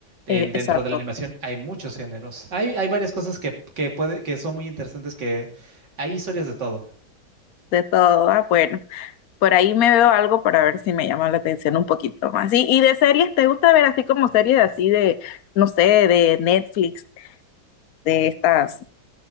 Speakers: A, on the right (about 75°); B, on the left (about 60°).
A: En-
B: eh,
A: dentro
B: exacto,
A: de la animación hay muchos géneros. Hay, hay varias cosas que, que puede, que son muy interesantes, que hay historias de todo.
B: de todo. Ah, bueno. Por ahí me veo algo para ver si me llama la atención un poquito más. Y, y de series, ¿te gusta ver así como series así de, no sé, de Netflix, de estas,